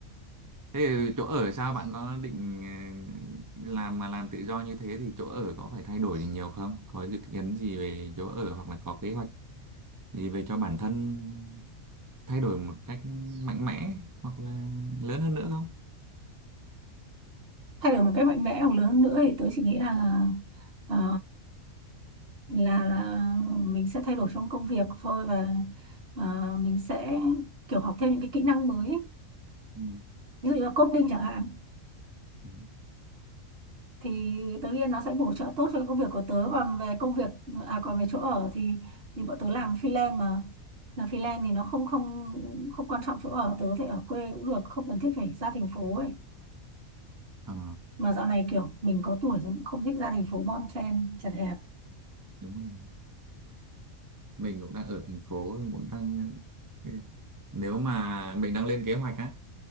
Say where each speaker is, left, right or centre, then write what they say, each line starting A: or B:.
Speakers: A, on the right (about 25°); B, on the right (about 50°).
A: Thế thì chỗ ở sao bạn có định ờ, làm mà làm tự do như thế thì chỗ ở có phải thay đổi gì nhiều không? Có dự kiến gì về chỗ ở hoặc là có kế hoạch gì về cho bản thân thay đổi một cách mạnh mẽ hoặc là lớn hơn nữa không?
B: thay đổi một cách mạnh mẽ hoặc lớn hơn nữa thì tôi chỉ nghĩ là ờ, là là mình sẽ thay đổi trong công việc thôi và ờ, mình sẽ kiểu học thêm những cái kỹ năng mới ấy.
A: Ừ.
B: ví dụ như là coding chẳng hạn
A: Ừ.
B: thì tớ nghĩ nó sẽ bổ trợ tốt cho cái công việc của tớ còn về công việc à còn về chỗ ở thì vì bọn tớ làm freelance mà làm freelance thì nó không không không quan trọng chỗ ở tớ có thể ở quê cũng được không cần thiết phải ra thành phố ấy
A: Ờ,
B: mà dạo này kiểu mình có tuổi rồi cũng không thích ra thành phố bon chen chật hẹp
A: đúng rồi. Mình cũng đang ở thành phố mình cũng đang ừ. nếu mà mình đang lên kế hoạch á